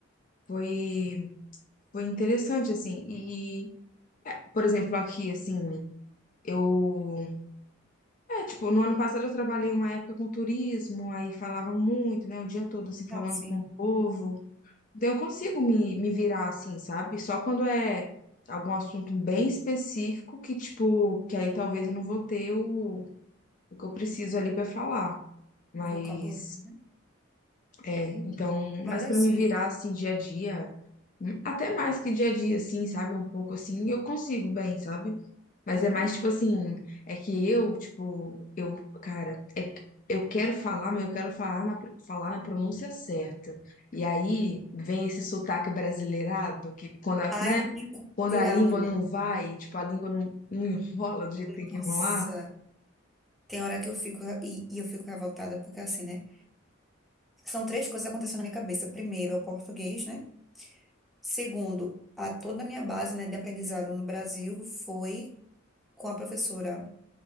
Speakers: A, on the left; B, in the centre.
A: foi, foi interessante, assim. E, por exemplo, aqui, assim, eu. É, tipo, no ano passado eu trabalhei uma época com turismo, aí falava muito, né? O dia todo, assim,
B: não,
A: falando
B: sim,
A: com o povo. Então eu consigo me, me virar, assim, sabe? Só quando é algum assunto bem específico que, tipo, que aí talvez eu não vou ter o, o que eu preciso ali pra falar. Mas
B: vocabulário. né?
A: É, então,
B: Mas
A: mas
B: assim,
A: pra me virar assim dia a dia, hum, até mais que dia a dia, assim, sabe? Um pouco assim, eu consigo bem, sabe? Mas
B: uhum.
A: é mais tipo assim, é que eu, tipo, eu, cara, é que eu quero falar, mas eu quero falar na, falar na pronúncia certa. E aí vem esse sotaque brasileirado, que quando, a-
B: Ai,
A: né?
B: não tem como
A: Quando
B: tirar,
A: a língua
B: mulher.
A: não vai, tipo, a língua não, não enrola do jeito que tem que
B: Nossa,
A: enrolar.
B: tem hora que eu fico e, e eu fico revoltada, porque assim, né? São três coisas acontecendo na minha cabeça. Primeiro, é o português, né? Segundo, a toda a minha base, né, de aprendizado no Brasil foi com a professora.